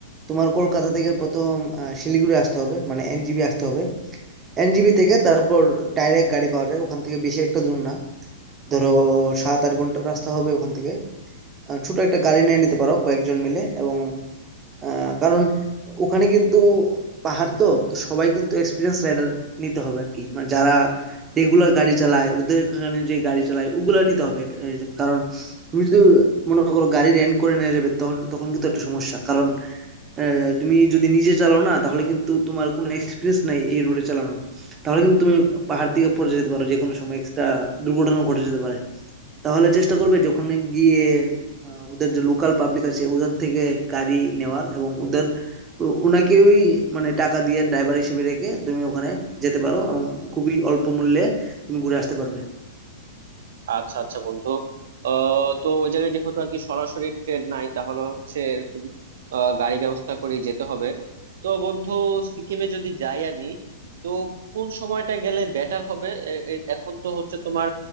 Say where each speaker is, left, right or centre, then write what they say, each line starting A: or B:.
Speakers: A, on the right (about 20°); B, on the right (about 65°).
A: তোমার কলকাতা থেকে প্রথম আহ, শিলিগুড়ি আসতে হবে মানে এনজিবি আসতে হবে এনজিবি থেকে তারপর ডাইরেক্ট গাড়ি পাওয়া যায় ওখান থেকে বেশি একটা দূর না ধরো সাত আট ঘন্টার রাস্তা হবে ওখান থেকে আহ, ছোট একটা গাড়ি নিয়ে নিতে পারো কয়েকজন মিলে এবং আহ, কারণ ওখানে কিন্তু পাহাড় তো তো সবাই কিন্তু এক্সপিরিয়েন্স রাইডার নিতে হবে আর কি মানে যারা রেগুলার গাড়ি চালায় ওদের এখানে যে গাড়ি চালায় ওগুলা নিতে হবে এটা- এই যে- কারণ তুমি যদি মনে করো গাড়ি রেন্ট করে নিয়ে যাবে তখন তখন কিন্তু একটা সমস্যা কারণ আহ, তুমি যদি নিজে চালাও না তাহলে কিন্তু তোমার কোনো এক্সপিরিয়েন্স নাই এই রোডে চালানোর তাহলে কিন্তু তুমি পাহাড় থেকে পড়ে যেতে পারো যে কোনো সময় একটা দুর্ঘটনা ঘটে যেতে পারে তাহলে চেষ্টা করবে যে ওখানে গিয়ে আহ, ওদের যে লোকাল পাবলিক আছে ওদের থেকে গাড়ি নেওয়ার এবং ওদের ও- ওনাকেই মানে টাকা দিয়ে ড্রাইভার হিসেবে রেখে তুমি ওখানে যেতে পারো এবং খুবই অল্প মূল্যে তুমি ঘুরে আসতে পারবে
B: আচ্ছা আচ্ছা বন্ধু আহ তো ওই জায়গায় যেহেতু আর কি সরাসরি ট্রেন নাই তাহলে হচ্ছে এরকম আহ, গাড়ি ব্যবস্থা করে যেতে হবে তো বন্ধু সিকিমে যদি যাই আমি তো কোন সময়টা গেলে বেটার হবে এ- এ- এখন তো হচ্ছে তোমার